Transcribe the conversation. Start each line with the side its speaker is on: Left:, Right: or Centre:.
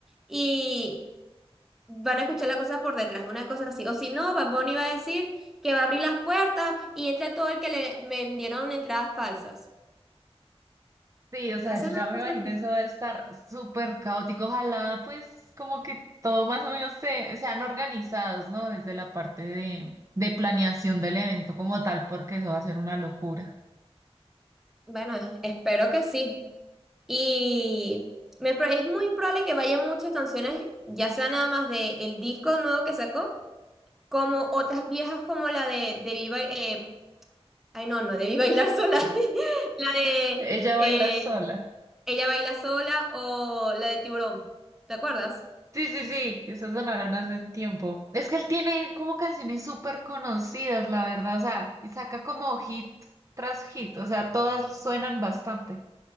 Centre: Y van a escuchar la cosa por detrás, una cosa así. O si no, Bad Bunny va a decir que va a abrir las puertas y entra todo el que le me vendieron entradas falsas.
Right: Sí, o sea,
Centre: ¿Va a ser
Right: yo ya
Centre: una
Right: me
Centre: cosa
Right: imagino
Centre: así?
Right: eso va a estar súper caótico. Ojalá, pues, como que todo más o menos se, sean organizados, ¿no? Desde la parte de, de planeación del evento como tal, porque eso va a ser una locura.
Centre: Bueno, es- espero que sí. Y me, pro- es muy probable que vayan muchas canciones, ya sea nada más del disco nuevo que sacó Como otras viejas como la de Debí Bailar, ay no, no, Debí Bailar Sola, <laughs> la de
Right: Ella
Centre: eh,
Right: baila sola.
Centre: Ella Baila Sola o la de Tiburón, ¿te acuerdas?
Right: Sí, sí, sí, esas sonaron hace un tiempo. Es que él tiene como canciones súper conocidas, la verdad, o sea, y saca como hit tras hit, o sea, todas suenan bastante.